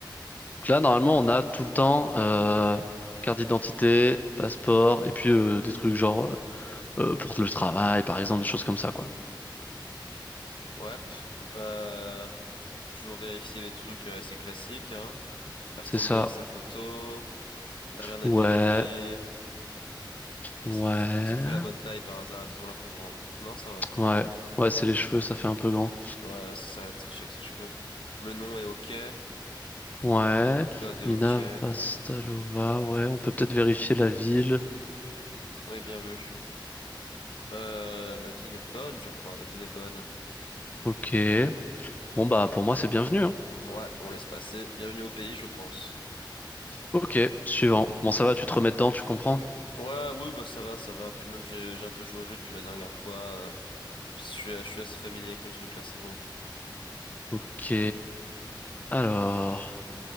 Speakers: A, on the left; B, on the left.
A: Donc là, normalement, on a tout le temps euh, carte d'identité, passeport, et puis euh, des trucs genre euh, euh, pour le travail, par exemple, des choses comme ça, quoi.
B: Ouais, pff, euh, toujours vérifier les trucs euh, assez classiques, hein. Ressemble
A: C'est ça.
B: bien à sa photo, là rien n'est
A: Ouais,
B: périmé.
A: ouais,
B: Est-ce qu'il fait, est-ce qu'il fait la bonne taille par hasard? Elle me semble un peu grande. Non, ça va.
A: ouais, ouais. C'est les cheveux, ça fait un peu grand.
B: Ouais, ça, ça va tricher avec ses cheveux. Le nom est ok.
A: Ouais,
B: Le code est
A: Mina
B: ok.
A: Vastalova. Ouais, on peut peut-être vérifier la ville.
B: Oui, bien vu. Euh, la ville est bonne, je crois. La ville est bonne.
A: Ok. Bon bah pour moi, c'est bienvenu. hein.
B: Ouais, on laisse passer. Bienvenue au pays, je pense.
A: Ok, suivant. Bon, ça va, tu te remets dedans, tu comprends?
B: Ouais, oui, bah ça va, ça va. Puis même j'ai j'ai un peu joué au jeu depuis la dernière fois. euh, Je suis, je suis assez familier avec le truc là, c'est bon.
A: Ok. Alors.